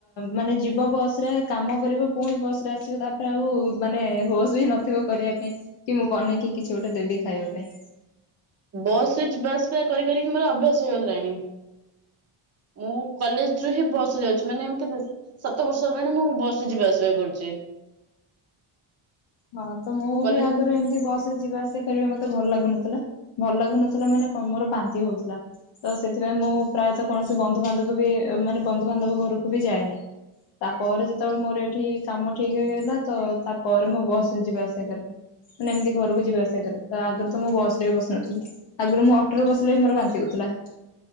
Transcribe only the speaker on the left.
ମାନେ ଯିବ ବସରେ କାମ କରିବ ପୁଣି ବସରେ ଆସିବ ତା ଆଉ ମାନେ ହୋସ ବି ନଥିବ କରିବା ପାଇଁ କି ମୁଁ ବନେଇକି କିଛି ଗୋଟେ ଦେବି ଖାଇବା ପାଇଁ।
ହଁ ତ ମୁଁ
ବି ଆଗରୁ ଏମତି ବସ ରେ ଯିବା ଆସିବା କରିବା ମତେ ଭଲ ଲାଗୁନଥିଲା ଭଲ ଲାଗୁନଥିଲା ମାନେ କଣ ମୋର ବାନ୍ତି ହଉଥିଲା। ତ ସେଥିପାଇଁ ମୁଁ ପ୍ରାୟତଃ କୌଣସି ବନ୍ଧୁବାନ୍ଧବ ବି ମାନେ ବନ୍ଧୁବାନ୍ଧବ ଘରକୁ ବି ଯାଏନି। ତାପରେ ଯେତେବେଳେ ମୋର ଏଠି କାମ ଠିକ ହେଇଗଲା ତ ତାପରେ ମୁଁ ବସ ଯିବା ଆସିବା କରେ। ମାନେ ଏମିତି ଘରକୁ ଯିବା ଆସିବା କରେ, ତ ଆଗରୁ ତ ମୁଁ ବସ ରେ ବି ବସୁନଥିଲି ଆଗରୁ ମୁଁ ବସିଲେ ବି ମୋର ବାନ୍ତି ହେଉଥିଲା।